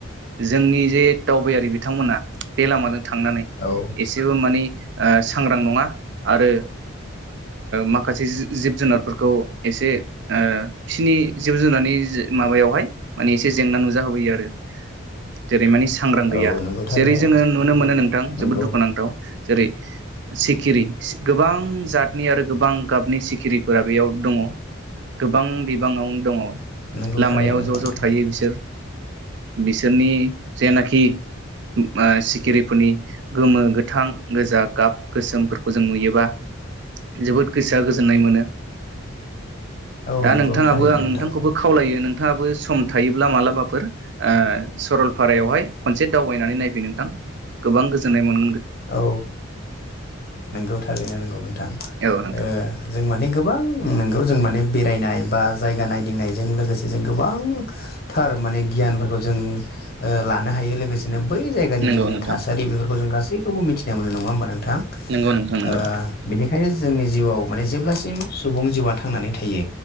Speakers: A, on the right; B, on the left.
A: जोंनि जे दावबायारि बिथांमोना बे लामाजों थांनानै
B: औ
A: एसेबो माने ओ सांग्रां नङा आरो माखासे जिब जुनारफोरखौ एसे फिनि जिब जुनारनि माबायावहाय माने एसे जेंना नुजा होबोयो आरो जेरै मानि सांग्रां गैया
B: औ नंगौ थारैनो
A: जेरै जोङो नुनो मोनो नोंथां जोबोद
B: नंगौ
A: दुखुनांथाव जेरै सिखिरि गोबां जात। नि आरो गोबां गाबनि सिखिरिफोरा बेयाव दङ गोबां बिबाङाव दङ।
B: नंगौ
A: लामायाव
B: थारैनो
A: ज'
B: नोंथां
A: ज' थायो बिसोर। बिसोरनि जेनाखि ओ सिखिरिफोरनि गोमो गोथां गोजा गाब गोसोमफोरखौ जों नुयोबा जोबोद गोसोआ गोजोननाय मोनो
B: औ
A: दा
B: नंगौ
A: नोंथाङाबो
B: थारैनो
A: आं
B: नोंथां
A: नोंथांखौबो खावलायो नों नोंथाङाबो सम थायोब्ला मालाबाफोर ओ सरलपारायावहाय खनसे दावबायनानै नायफै नोंथां गोबां गोजोननाय मोन
B: औ नोंगौ थारैनो नोंगौ नों थां
A: औ नोंथां
B: ओ जों माने गोबां नोंगौ। जों माने बेरायनाय बा जायगा नायदिंनायजों लोगोसे जों गोबांथार माने गियानफोरखौ जों ओ लानो हायो लोगोसेनो बै जायगानि
A: नंगौ
B: जिखिनि
A: नोंथां
B: थासारि बेफोरखौ जों गासै खौबो मिथिनाय मोनो नंङा होनबा नों थां ओ
A: नंगौ नोंथां नंगौ
B: बेनिखायनो जोंनि जिउआव माने जेब्लासिम सुबुं जिउआ थांनानै थायो।